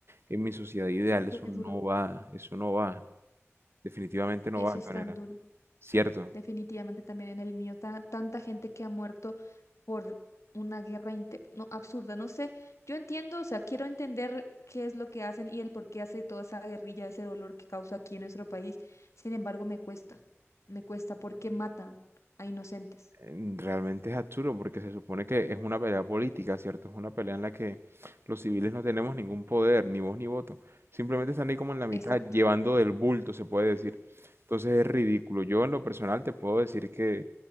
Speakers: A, on the right; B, on the left.
A: En mi sociedad ideal
B: qué
A: eso no
B: duro,
A: va, eso no va. Definitivamente no
B: eso
A: va, Antonella.
B: es tan duro.
A: ¿Cierto?
B: Definitivamente también en el mío, ta- tanta gente que ha muerto por una guerra inte- no, absurda. No sé, yo entiendo, o sea, quiero entender qué es lo que hacen y el por qué hace toda esa guerrilla, ese dolor que causa aquí en nuestro país. Sin embargo, me cuesta, me cuesta porque matan a inocentes.
A: Mm, Realmente es absurdo porque se supone que es una pelea política, ¿cierto? Es una pelea en la que los civiles no tenemos ningún poder, ni voz ni voto. Simplemente están ahí como en la mitad,
B: Exacto,
A: llevando del bulto, se puede decir. Entonces es ridículo. Yo en lo personal te puedo decir que